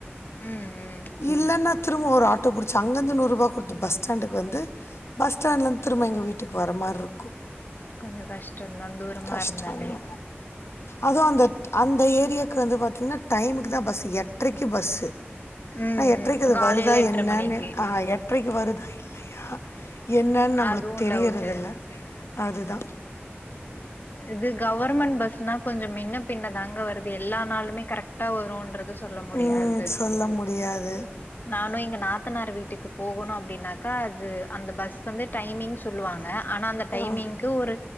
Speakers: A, on the left; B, on the left.
A: ம் ம்
B: இல்லன்னாத் திரும்ப ஒரு ஆட்டோ புடிச்சு அங்கந்து நூர்ருபா குடுத்து பஸ்டாண்டுக்கு வந்து பஸ்டாண்ட்லந் திரும்ப எங்க வீட்டுக்கு வர மார் இருக்கு
A: கொஞ்சோ கஷ்டோந்தா தூரமா
B: கஷ்டந்தா
A: இருந்தாலே
B: அதுவு அந்தட் அந்த ஏரியாவுக்கு வந்து பாத்தீங்கன்னா டைமுக்கு தா பஸ்ஸு எட்ரைக்கு பஸ்ஸு
A: ம்
B: ஆனா எட்ரைக்கு
A: ம்
B: அது
A: காலைல
B: வருதா
A: எட்ர
B: என்னான்னு
A: மணிக்கு
B: ஆஹ் எட்ரைக்கு வருதா இல்லையா என்னன் நம்புளுக்
A: அதுவு
B: தெரியிறது
A: டவுட்டு
B: இல்ல அதுதா
A: இது கவர்மெண்ட் பஸ்னா கொஞ்சோ மின்னப் பின்ன தாங்க வருது எல்லா நாளுமே கரெக்டா வருன்றது சொ சொல்ல முடியாது
B: ம் சொல்ல முடியாது
A: நானு எங்க நாத்தனார் வீட்டுக்கு போகுணு அப்டின்னாக் க்கா அது அந்த பஸ் வந்து டைமிங் சொல்லுவாங்க ஆனா அந்த டைமிங்க்கு
B: ஆ
A: ஒரு